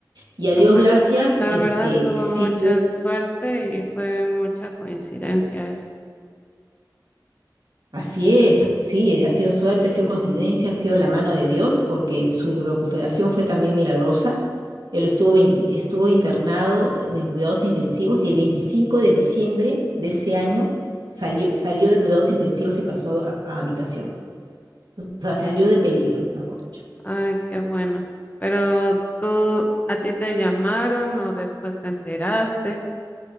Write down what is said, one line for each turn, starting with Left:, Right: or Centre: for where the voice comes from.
Right: Y a
Left: No,
Right: Dios
Left: Pues
Right: gracias,
Left: la
Right: este,
Left: verdad tuvo
Right: sí
Left: mucha
Right: tuvo-
Left: suerte y fue mucha coincidencia eso.
Right: así es, sí, ha sido suerte, ha sido coincidencia, ha sido la mano de Dios porque su recuperación fue también milagrosa. Él estuvo, 20 estuvo internado en cuidados intensivos y el 25 de diciembre de ese año salió, salió de cuidados intensivos y pasó a a habitación. O sea, salió de peligro, mejor dicho.
Left: Ay, qué bueno. Pero tú, ¿a ti te llamaron o después te enteraste?